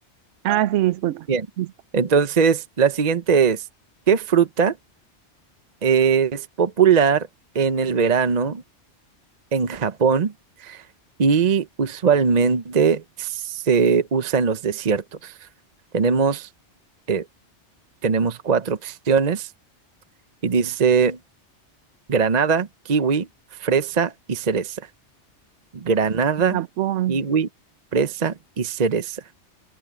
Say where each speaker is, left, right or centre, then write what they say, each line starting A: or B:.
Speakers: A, on the right; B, on the right.
A: Ah, sí, disculpa.
B: Bien.
A: Listo.
B: Entonces, la siguiente es, ¿qué fruta es popular en el verano en Japón? y usualmente se usa en los desiertos. Tenemos, eh, tenemos cuatro opciones y dice granada, kiwi, fresa y cereza. Granada,
A: Japón.
B: kiwi, fresa y cereza.